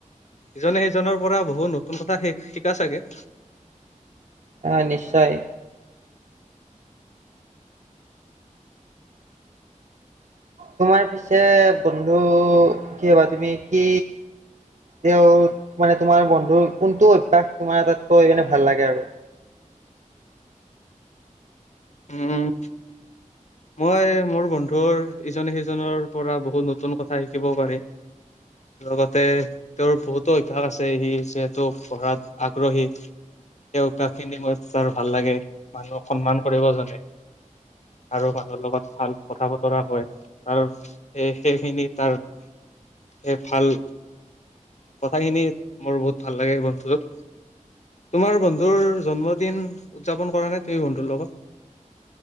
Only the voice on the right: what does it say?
অ, নিশ্চয়। তোমাৰ পিছে বন্ধু কি হবা তুমি কি তেওঁ মানে তোমাৰ বন্ধুৰ কোনটো অভ্যাস তোমাৰ আটাইতকৈ মানে ভাল লাগে আৰু?